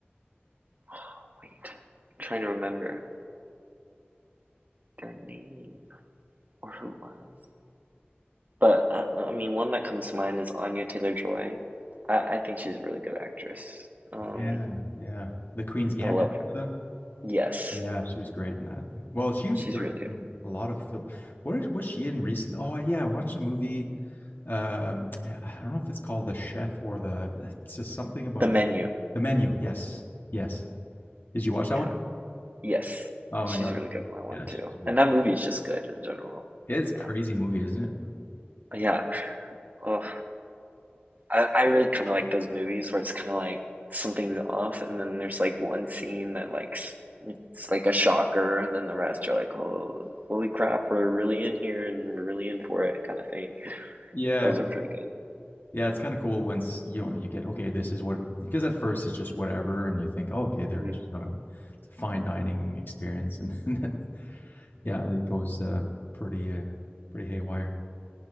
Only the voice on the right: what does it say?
Oh, wait, I'm trying to remember their name or who it was. But I, I mean, one that comes to mind is Anya Taylor-Joy. I, I think she's a really good actress. Um,
I love her.
Yes,
she's
really good.
The
Menu.
Yeah.
Yes,
she's
really good in that one
too.
And that movie's just good in general.
Yeah.
Yeah. Oh. I, I really kind of like those movies where it's kind of like something's off, and then there's like one scene that like it's like a shocker, and then the rest you're like, oh, holy crap, we're really in here and we're really in for it, kind of thing.
Those are pretty good.
hmm